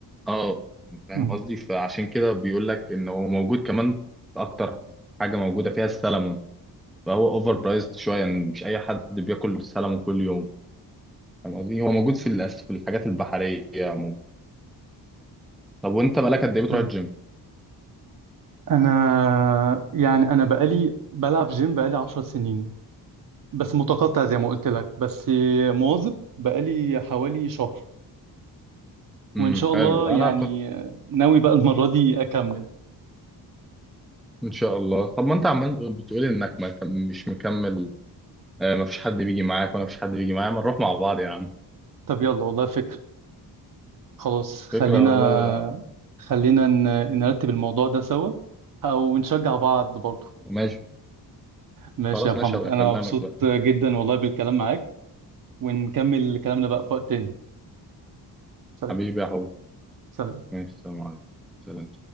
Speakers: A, in the centre; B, on the right.
A: اه فاهم
B: مم.
A: قصدي فعشان كده بيقول لك ان هو موجود كمان في اكتر حاجه موجوده فيها السلمون فهو اوفر برايزد شويه يعني مش اي حد بياكل سلمون كل يوم فاهم قصدي هو موجود في الأس... في الحاجات البحريه عموما طب وانت بقالك قد ايه بتروح
B: تمام
A: الجيم
B: أنا يعني أنا بقالي بلعب جيم بقالي عشر سنين بس متقطع زي ما قلت لك بس مواظب بقالي حوالي شهر
A: امم
B: وإن شاء الله
A: حلو انا
B: يعني
A: كنت
B: ناوي بقى المرة دي أكمل
A: ان شاء الله طب ما انت عمال بتقولي انك ما كم- مش مكمل آه ما فيش حد بيجي معاك وانا مفيش حد بيجي معايا ما نروح مع بعض يا عم
B: طب يلا والله فكرة خلاص خلينا
A: فكره والله
B: خلينا ن- نرتب الموضوع ده سوا او نشجع بعض برضه
A: ماشي
B: ماشي
A: خلاص
B: يا محمد
A: ماشي هبقى
B: انا
A: اكلمك
B: مبسوط
A: بقى
B: جدا والله بالكلام معاك ونكمل كلامنا بقى في وقت تاني سلام
A: حبيبي يا حبيبي
B: سلام
A: ماشي السلام عليكم سلام